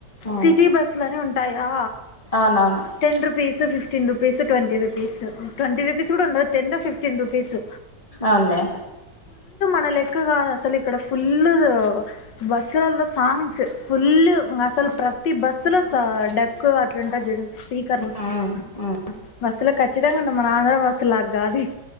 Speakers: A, on the left (about 20°); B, on the left (about 85°).
A: ఆ
B: సిటీ బస్సులనే ఉంటాయా
A: అవునవును
B: ten rupees fifteen rupees twenty rupees twenty rupees గూడుండదు టెన్ ఫిఫ్టీన్ రు. పీసు
A: ఔన్లే
B: మ <unintelligible> క్ గాదసలు ఇక్కడ ఫుల్లుగు బస్సులల్లో సాంగ్స్ ఫుల్లు మసల్ ప్రత్ తి బస్సులో స డక్కు అట్లుంటద్ జూడు. స్పీకర్లు
A: ఉమ్ ఉమ్
B: బస్సులో ఖచ్చిద అండ మనాంధ్ర బస్సుల్లాగ్గాదు ఇ.